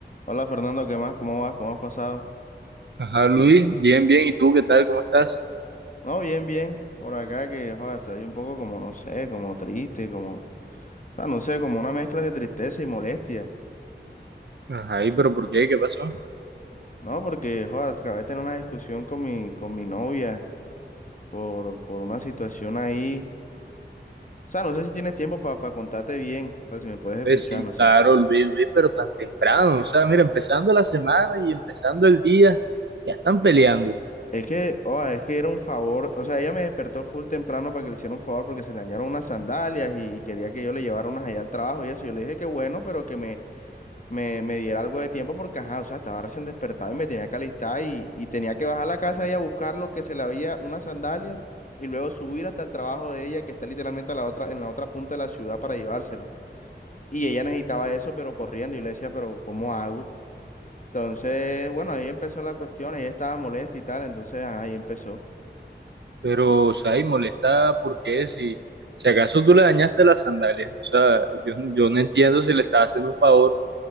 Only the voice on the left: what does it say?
Hola Fernando, ¿qué más? ¿Cómo vas? ¿Cómo has pasado?
No, bien, bien. Por acá que, joder, estoy un poco como, no sé, como triste, como, o sea, no sé, como una mezcla de tristeza y molestia,
¿no? Porque, joder, acabé de tener una discusión con mi, con mi novia por, por una situación ahí. O sea, no sé si tienes tiempo para contarte bien, o sea, si me puedes escuchar,
no sé.
Es que, joder, es que era un favor, o sea, ella me despertó full temprano para que le hiciera un favor porque se le dañaron unas sandalias y quería que yo le llevara unas allá al trabajo y eso. Yo le dije que bueno, pero que me me, me diera algo de tiempo porque, ajá, o sea, estaba recién despertado y me tenía que alistar y, y tenía que bajar a la casa y a buscar lo que se le había, unas sandalias, y luego subir hasta el trabajo de ella, que está literalmente a la otra, en la otra punta de la ciudad para llevársela. Y ella necesitaba eso, pero corriendo, y le decía, pero ¿cómo hago? Entonces, bueno, ahí empezó la cuestión, ella estaba molesta y tal, entonces, ajá, ahí empezó.